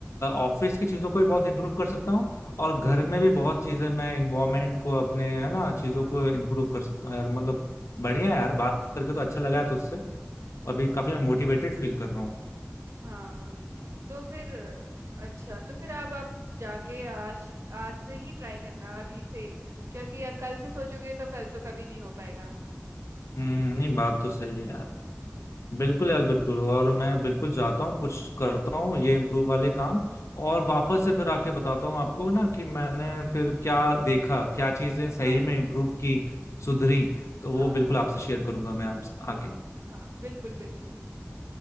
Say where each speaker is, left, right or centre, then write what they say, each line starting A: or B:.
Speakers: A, on the left; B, on the right.
A: ऑफिस की चीजों को भी बहुत इंप्रूव कर सकता हूँ और घर
B: हम्म,
A: में भी बहुत चीजें मैं इन्वायरमेंट को अपने है ना चीजों
B: हाँ
A: को इंप्रूव कर सकता हूँ यार मतलब बढ़िया है यार बात करके तो अच्छा लगा है तुझसे अभी काफी मैं मोटिवेटेड फील कर रहा हूँ
B: हाँ तो फिर अच्छा तो फिर अब आप जाके आज आज से ही ट्राई करना अभी से क्योंकि अ- कल से सोचोगे तो कल तो कभी नहीं हो पाएगा
A: हम्म नहीं बात तो सही है यार
B: हम्म
A: बिल्कुल यार बिल्कुल और मैं बिल्कुल जाता हूँ कुछ करता हूँ ये इम्प्रूव वाले काम
B: हम्म
A: और वापस से फिर आके बताता हूँ आपको ना कि मैंने फिर क्या देखा क्या चीजें सही
B: हाँ
A: में इम्प्रूव की सुधरी तो वो
B: हाँ
A: बिल्कुल आपसे शेयर करूंगा मैं आप आके
B: हाँ बिल्कुल बिल्कुल